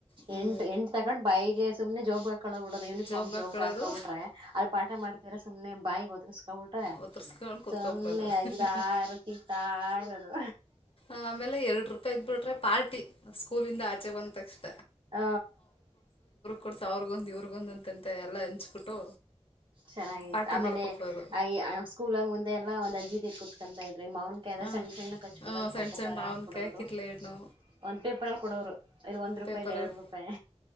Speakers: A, on the left (about 55°); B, on the right (about 45°).
A: ಹ್ಞೂ
B: ಎಂಟು ಎಂಟ್ ತಕೊಂಡ್ ಬೈಗೆ ಸುಮ್ನೆ ಜಾಬ್ ಹಾಕೊಬ ಬಿಡದು ಯೂನಿಫಾರ್ಮ್
A: ಜೋಬ್ಗೆ
B: ಜಾಬ್ಗೆ
A: ಹಾಕ್ಕೊಳ್ಳೋದು
B: ಹಾಕಬ ಬಿಟ್ರೆ ಅ ಪಾಠ ಮಾಡ್ತರ ಸುಮ್ನೆ ಬಾಯಿ ಗೋದ ಹೌಟ್ರ
A: ಒತ್ತರಿಸ್ಕೊಂಡು ಕುತ್ಕೊಬಿಡೋದು
B: ಸುಮ್ಮನೆ ಆಗಿರ ಆರ ಸಿತ ಆರದು
A: ಆಮೇಲೆ ಎರಡ್ ರೂಪಾಯಿ ಇದ್ ಬಿಟ್ರೆ ಪಾರ್ಟಿ ಸ್ಕೂಲಂದ ಆಚೆ ಬಂದ ತಕ್ಷಣ
B: ಹ
A: ಕೊಡ್ಸ ಅವ್ರಗೊಂದು ಇವ್ರಗೊಂದ ಅಂತಂತೆ ಎಲ್ಲಾ ಹಂಚ್ಬಿಟ್ಟು
B: ಚೆನ್ನಾಗಿತ್ತು
A: ಪಾರ್ಟಿ
B: ಆಮೇಲೆ
A: ಮಾಡ್ಕೊಬಿಡೋದು
B: ಆ ಸ್ಕೂಲಗ ಮುಂದೆ ಎಲ್ಲಾ ಒಂದು ಅಜ್ಜಿ ತ ಕುೂತ್ಕೊಂತ ಮಾವನ್ ಕದ
A: ಹಾಂ
B: ಸಣ್ಣ ಸಣ್ಣ ಕಚ್ಕಟ್ಟದ
A: ಹಾಂ ಸಣ್ಣ
B: ಉಪ್ಪ
A: ಸಣ್ಣ
B: ಖ
A: ಮಾವಿನಕಾಯಿ
B: ಹಾಕ್ ಕೊಡೋ್ರು
A: ಕಿತ್ಲೆ ಹಣ್ಣು
B: ಒಂದ್ ಪೇಪರ್ ಅಲ್ಲಿ ಕೊಡೋರು ಇದು ಒಂದ್ ರೂಪಾಯಿ
A: ಪೇಪರಲ್ಲಿ
B: ಎರಡು ರೂಪಾಯಿ